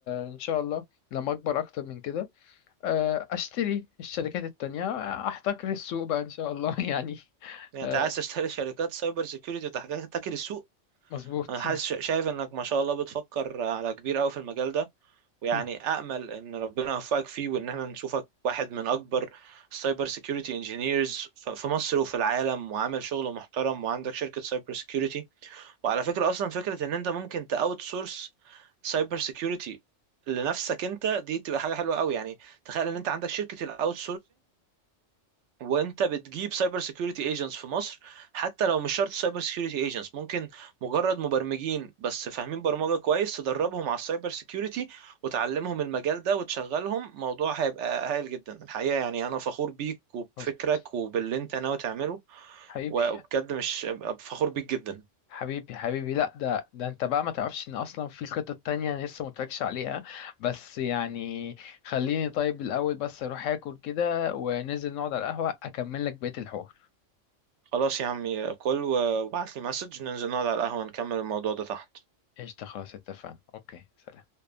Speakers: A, on the left; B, on the right.
A: ان شاء الله لما اكبر اكتر من كده آه، اشتري الشركات التانية آه، احتكر السوق بقى ان شاء الله <laughs> يعني
B: يعني
A: آه،
B: انت عايز تشتري شركات سايبر سيكيورتي وتحتكر السوق
A: مظبوط
B: انا حاسس شايف انك ما شاء الله بتفكر على كبير قوي في المجال ده ويعني
A: <laughs>
B: امل ان ربنا يوفقك فيه وان احنا نشوفك واحد من اكبر سايبر سيكيورتي انجينيرز في مصر وفي العالم وعامل شغل محترم وعندك شركة سايبر سيكيورتي وعلى فكرة اصلا فكرة ان انت ممكن تاوت سورس سايبر سيكيورتي لنفسك انت دي تبقى حاجة حلوة قوي يعني تخيل ان انت عندك شركة الاوت وانت بتجيب سايبر سيكيورتي ايجنتس في مصر حتى لو مش شرط سايبر سيكيورتي ايجنتس ممكن مجرد مبرمجين بس فاهمين برمجة كويس تدربهم على السايبر سيكيورتي وتعلمهم المجال ده وتشغلهم موضوع هيبقى هايل جدا الحقيقة يعني انا فخور بيك وبفكرك
A: مظبوط
B: وباللي انت ناوي تعمله
A: حبيبي
B: وبجد مش فخور بيك جدا
A: حبيبي حبيبي لا ده ده انت بقى ما تعرفش ان اصلا في خطط تانية انا لسه ما قلتلكش عليها بس يعني خليني طيب الاول بس اروح اكل كده وننزل نقعد على القهوة اكمل لك بقية الحوار
B: خلاص يا عمي كل وابعت لي مسج ننزل نقعد على القهوة نكمل الموضوع ده تحت
A: قشطة خلاص اتفقنا اوكي سلام